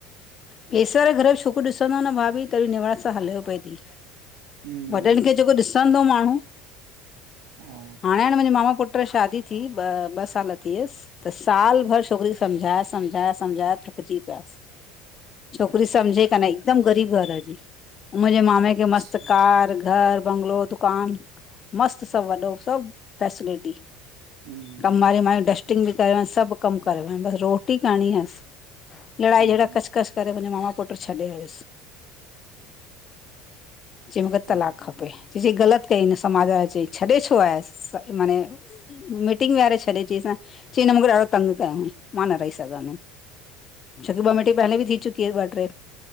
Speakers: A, on the left (about 40°); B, on the right (about 75°).
A: पैसे वारे घर जी छो छोकरी ॾिसंदा न भाभी त बी निवारत सां हलेव पई ती,
B: हम्म
A: वॾनि खे ॼेको ॾिस तंदो माण्हू,
B: हा
A: हाणे हाण मुंहिंजे मामा पुट जी शादी थी, ॿ ॿ सालु थी हुयस, त साल भर छोकरी खे समझाय समझाय समझा थकजी पियास। छोकिरी सम्झे काने ई हिकुदमि ग़रीब घर जी, मुंहिंजे मामे खे मस्त
B: छ-
A: कार घर बंगलो। दुकान, मस्त सभु वॾो सभु फैसिलिटी,
B: हम्म
A: कमु वारे मायूं डस्ट कटिंग बि करे आ सभु कमु करे वञ, बसि रोटी करणी हुस, लड़ाई
B: हम्म
A: झेड़ा कस कस तॾे मुंहिंजे मामा पुट छॾे आयुस, चई मूंखे
B: तो
A: तलाक खपे। चई ग़लति कईं न समाज वारे चई छॾे छो आहेसि माने मीटिंग विहारे छॾे अची सां, चईं न मूंखे ॾाढो तंग कयो हुईं, मां न रही सघंदुम। छोकी बॉमिटी पहले बि थी चुकी हुयसि ॿ ट्रे